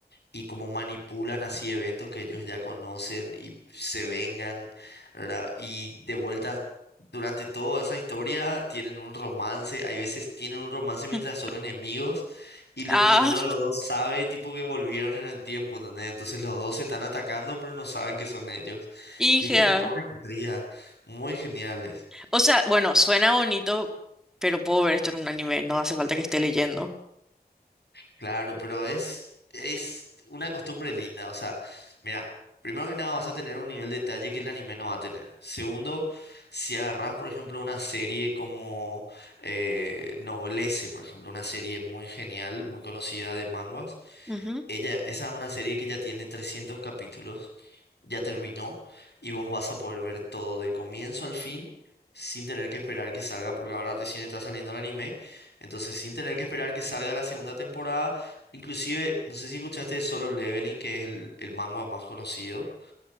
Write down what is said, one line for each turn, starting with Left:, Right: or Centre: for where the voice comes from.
Left: y cómo manipulan así eventos que ellos ya conocen y se vengan, ¿verdad? Y de vuelta, durante toda esa historia tienen un romance, hay veces tienen un romance mientras
Centre: <laughs>
Left: son enemigos y lo-
Centre: Ah,
Left: ninguno de los dos sabe, tipo que volvieron en el tiempo, ¿entendés? Entonces los dos se están atacando pero no saben que son ellos.
Centre: hija.
Left: Y es tipo toda una intriga, muy geniales.
Centre: O sea, bueno, suena bonito, pero puedo ver esto en un anime, no hace falta que esté leyendo.
Left: Claro, pero es, es una costumbre linda. O sea, mira, primero que nada vas a tener un nivel de detalle que el anime no va a tener. Segundo, si agarras, por ejemplo, una serie como eh, Noblesse, por ejemplo, una serie muy genial, muy conocida de manguas.
Centre: Ujú.
Left: Ella, esa es una serie que ya tiene 300 capítulos, ya terminó y vos vas a poder ver todo del comienzo al fin sin tener que esperar que salga, porque ahora recién está saliendo el anime, entonces sin tener que esperar que salga la segunda temporada, inclusive, no sé si escuchaste de Solo Leveling, que es el, el manga más conocido,